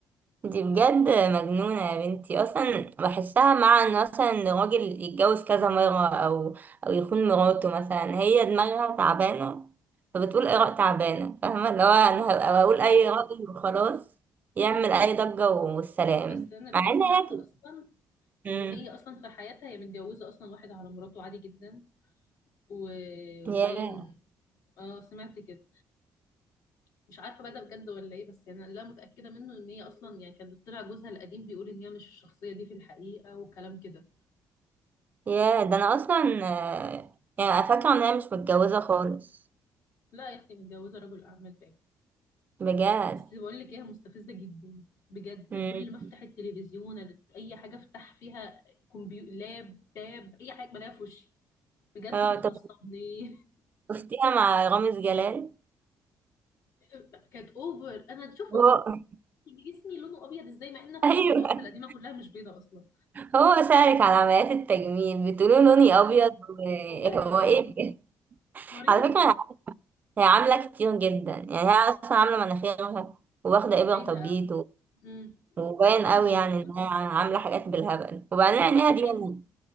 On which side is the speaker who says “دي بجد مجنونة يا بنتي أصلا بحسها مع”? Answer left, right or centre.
Right